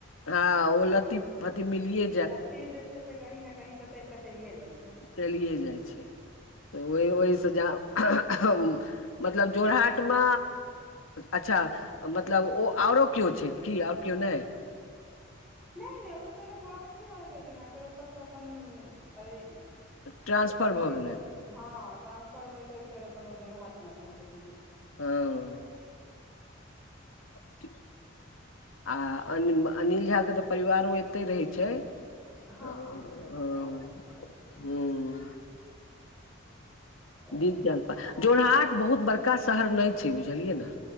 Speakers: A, on the left (about 80°); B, in the centre.
A: हँ ओ लत्ति। पति मिलियए
B: लत्ती जे छै से कहीं नहि कहीं चतेर कऽ चलिये जाइ छै
A: चलिए जाइ छै तऽ ओहि ओहिसँ जहा मतलब जोरहाटमे अच्छा मतलब ओ ओरो केओ छै की आओर केओ नहि
B: नहि नहि ओ तऽ पहिले गुवहाटी रहै छलखिन ह फेर ओतयसँ अपन। अरे
A: ट्रांसफर
B: सबके
A: भऽ गेलनि
B: द <inaudible> हँ ट्रांसफर होइत होइत फेर अपन ओ जोड़ हाटमे एखन छथिन
A: हँ <inaudible> आ अनिल झाके तऽ परिवारो एते रहै छै आ
B: हँ हँ हुनकर
A: ह
B: परिवारो ओतय
A: ह
B: रहैत छनि
A: <inaudible>
B: तऽ
A: दीग जलपा
B: उएह
A: जोरहाट बहुत बड़का शहर नहि छै बुझलियै ने